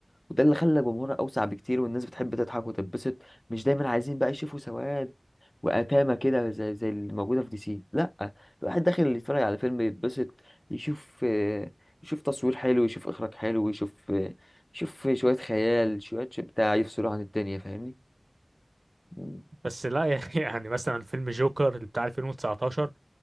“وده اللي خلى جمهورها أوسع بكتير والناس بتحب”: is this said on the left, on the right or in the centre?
Left